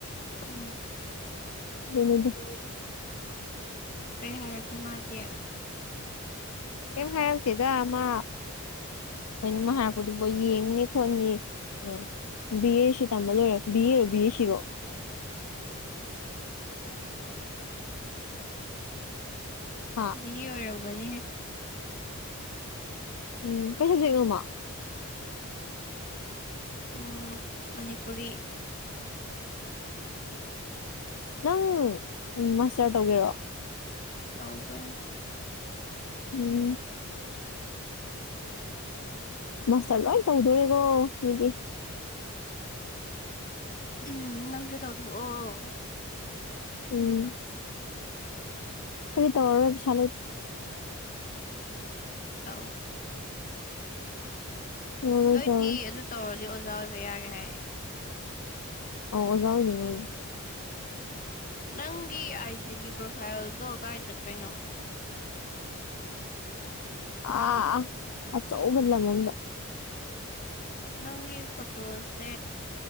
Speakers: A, on the left (about 35°); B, on the left (about 80°).
A: ꯎꯝ
B: ꯑꯗꯨꯅꯤꯗ
A: ꯎꯝ ꯀꯩ ꯍꯥꯏꯔꯛꯀꯦ ꯃꯥꯗꯤꯦ
B: ꯦꯝ ꯍꯇꯗ ꯃꯥ ꯀꯩꯅꯃ ꯍꯥꯏꯔꯛꯄꯗꯨꯕꯨ ꯌꯦꯡꯅꯤ ꯈꯣꯠꯅꯤ ꯑ ꯕꯤ ꯑꯦ ꯁꯤ ꯇꯝꯕ ꯂꯣꯏꯔꯣ ꯕꯤ ꯑꯦꯔꯣ ꯕꯤ ꯑꯦ ꯁꯤꯔꯣ ꯑ
A: ꯃꯤꯒꯤ ꯑꯣꯏꯔꯝꯒꯅꯤꯍꯦ
B: ꯎꯝ ꯀꯩꯁꯗꯤꯉꯝꯃ
A: ꯎꯝ ꯃꯅꯤꯄꯨꯔꯤ ꯎꯝ
B: ꯅꯪ ꯎ ꯃꯥꯁꯇꯔ ꯇꯧꯒꯦꯔꯣ
A: ꯇꯧꯗ
B: ꯎꯝ ꯃꯥꯁꯇꯔ ꯂꯣꯏ ꯇꯧꯗꯣꯔꯤꯦꯒꯣ ꯅꯗꯤ
A: ꯎꯝ ꯅꯪꯁꯨꯔꯤ ꯇꯥꯎꯗ ꯑꯣ
B: ꯎꯝ ꯐ ꯇꯧꯔꯣꯏꯕꯤꯁꯂꯦ
A: ꯇꯣ
B: ꯇꯧꯔꯔꯣꯏ
A: ꯅꯣꯏꯗꯤ
B: ꯇꯧꯔꯔꯣꯏ
A: ꯑꯗꯨ ꯇꯧꯔꯗꯤ ꯑꯣꯖꯥ ꯑꯣꯏꯕ ꯌꯥꯔꯦ ꯍꯥꯏ
B: ꯑꯣ ꯑꯣꯖꯥꯋꯅꯅꯨꯡꯉꯥꯏ
A: ꯅꯪꯒꯤ ꯑꯥꯏꯖꯤꯒꯤ ꯄ꯭ꯔꯣꯐꯥꯏꯜꯗꯣ ꯀꯗꯥꯥꯏ ꯆꯠꯄꯩꯅꯣ
B: ꯑ ꯑ ꯆꯧꯒꯂ ꯃꯗ
A: ꯅꯪꯒꯤ ꯐꯣꯇꯣꯁꯦ